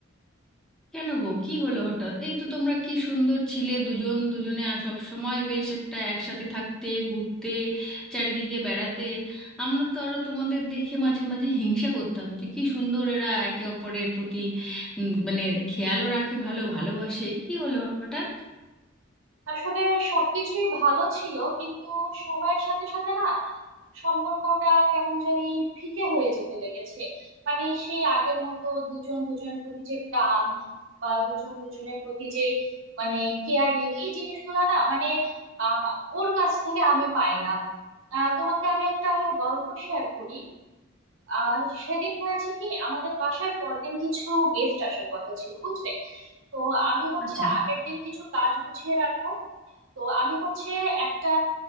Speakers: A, in the centre; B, on the right (about 75°).
A: কেন গো কি হলো হঠাৎ এই তো তোমরা কি সুন্দর ছিলে দুজন দুজনে আর সব সময় বেশ একটা একসাথে থাকতে ঘুরতে চারিদিকে বেড়াতে আমরা তো আরো তোমাদের দেখে মাঝে মাঝে হিংসা করতাম যে কি সুন্দর এরা একে অপরের প্রতি উম, মানে খেয়ালও রাখে ভালো ভালোবাসে কি হলো হঠাৎ
B: আসলে সবকিছুই ভালো ছিল কিন্তু সময়ের সাথে সাথে না সম্পর্কটা কেমন জানি ফিকে হয়ে যেতে লেগেছে মানে সেই আগের মতো দুজন দুজনের প্রতি যে টান বা দুজন দুজনের প্রতি যে মানে কেয়ারিং এই জিনিসগুলো না মানে আহ ওর কাছ থেকে আমি পাই না আহ তোমাকে আমি একটা গল্প শেয়ার করি আহ সেদিন হয়েছে কি আমাদের বাসায় পরদিন কিছু গেস্ট আসার কথা ছিল বুঝলে তো আমি হচ্ছে
A: আচ্ছা
B: আগের দিন কিছু কাজ গুছিয়ে রাখবো তো আমি হচ্ছে একটা